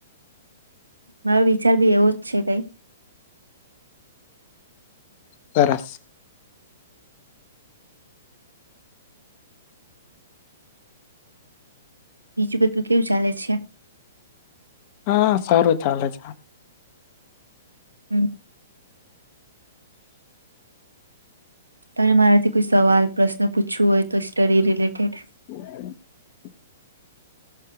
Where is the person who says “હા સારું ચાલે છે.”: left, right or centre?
Left